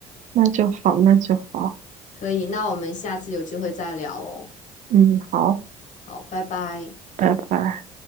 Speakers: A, on the right; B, on the left.
A: 那就好，那就好，
B: 可以，那我们下次有机会再聊哦。
A: 嗯，好，
B: 好，拜拜。
A: 拜拜。